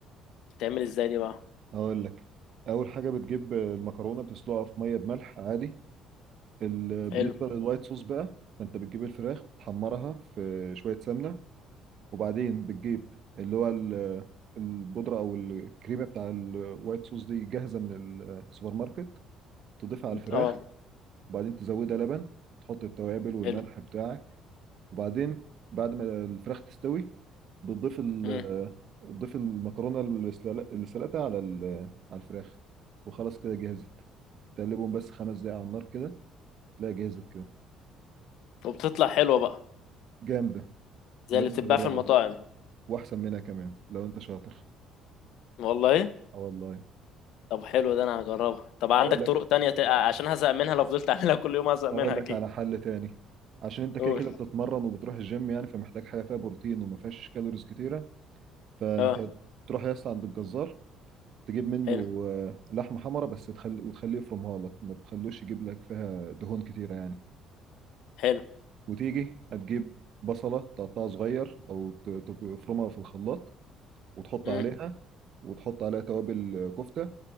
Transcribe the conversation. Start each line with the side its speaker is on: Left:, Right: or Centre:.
Left: بتتعمل ازاي دي بقى
Right: اقول لك اول حاجه بتجيب المكرونه بتسلقها في ميه بملح عادي ال- بالنسبه
Left: حلو
Right: للوايت صوص بقى فانت بتجيب الفراخ تحمرها في شويه سمنه وبعدين بتجيب اللي هو ال- البودرة أو الكريمة بتاع الوايت صوص دي جاهزة من السوبر ماركت تضيفها على الفراخ
Left: اه
Right: وبعدين تزودها لبن تحط التوابل والملح
Left: حلو
Right: بتاعك وبعدين بعد ما الفراخ تستوي بتضيف ال
Left: مم.
Right: تضيف المكرونة اللي سلق- اللي سلقتها على ال- على الفراخ وخلاص كده جهزت تقلبهم بس خمس دقايق على النار كده تلاقي جهزت كده
Left: وبتطلع حلوة بقى
Right: جامدة
Left: زي
Right: لازم
Left: اللي بتتباع
Right: تجربها
Left: في المطاعم
Right: وأحسن منها كمان لو أنت شاطر
Left: والله
Right: اه والله
Left: طب حلو ده انا هجربها طب عندك
Right: أقول لك
Left: طرق تانية ت... عشان هزهق منها لو فضلت اعملها كل يوم هزهق منها
Right: اقول لك
Left: اكيد
Right: على حل تاني عشان انت كده
Left: قول
Right: كده بتتمرن وبتروح الجيم يعني فمحتاج حاجه فيها بروتين وما فيهاش كالوريز كتيره فانت
Left: اه
Right: تروح يا اسطى عند الجزار تجيب منه
Left: حلو
Right: آه، لحمه حمرا بس تخلي وتخليه يفرمها لك ما تخلوش يجيب لك فيها دهون كتيره يعني
Left: حلو
Right: وتيجي هتجيب بصله تقطعها صغير او ت- تفرمها في الخلاط وتحط
Left: مم.
Right: عليها وتحط عليها توابل كفته